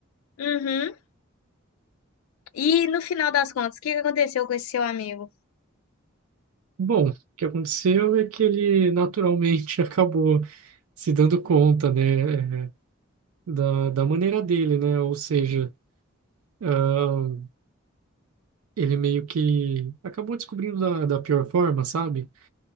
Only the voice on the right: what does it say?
Bom, o que aconteceu é que ele naturalmente <laughs> acabou se dando conta, né? eh, Da, da maneira dele, né? Ou seja, ah, ele meio que acabou descobrindo da, da pior forma, sabe?